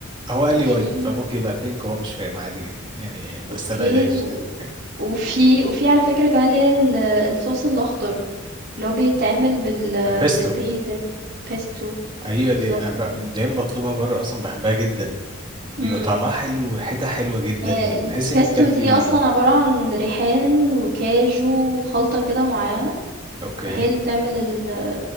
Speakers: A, on the right (about 25°); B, on the right (about 50°).
A: هو قال
B: وفي
A: لي وايت فممكن يبقى بينك وهو مش فاهم عادي جدا يعني ما
B: أوكي،
A: استبعدهاش
B: و
A: يعني
B: وفي وفي على فكرة كمان اللي هي ال الصوص الأخضر، اللي هو بيتعمل بال
A: <laughs> بيستو
B: بالbasil pesto
A: ايوه
B: بالضبط
A: دي أنا ب-
B: كده.
A: دايما بطلبها بره اصلا بحبها جدا بيبقى
B: إمم.
A: طعمها حلو وريحتها حلوة جدا
B: آآ
A: وتحس
B: الpesto
A: ان انت بتاكلي
B: دي أصلًا عبارة عن ريحان وكاجو وخلطة كده معيّنة،
A: اوكي
B: هي اللي بتعمل ال